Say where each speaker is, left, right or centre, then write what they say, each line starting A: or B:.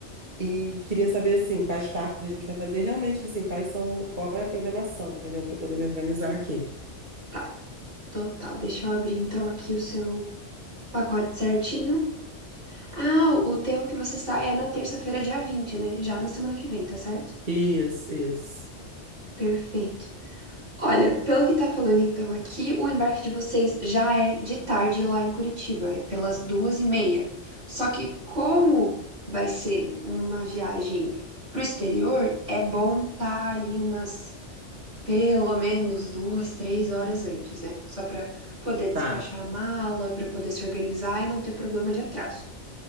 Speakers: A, on the right; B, on the right.
A: E queria saber, assim, quais parques a gente vai fazer, realmente, assim, quais são, qual é a programação, entendeu? Para poder me organizar aqui.
B: tá. Total. Deixa eu abrir então aqui o seu pacote certinho. Ah, o o teu que você sai é na terça-feira, dia 20, né? Já na semana que vem, tá certo?
A: Isso, isso.
B: Perfeito. Olha, pelo que tá falando então aqui, o embarque de vocês já é de tarde lá em Curitiba, é pelas duas e meia. Só que como vai ser uma viagem pro exterior, é bom estar ali umas pelo menos duas, três horas antes, né? Só para poder despachar
A: Tá,
B: a mala, para poder se organizar e não ter problema de atraso.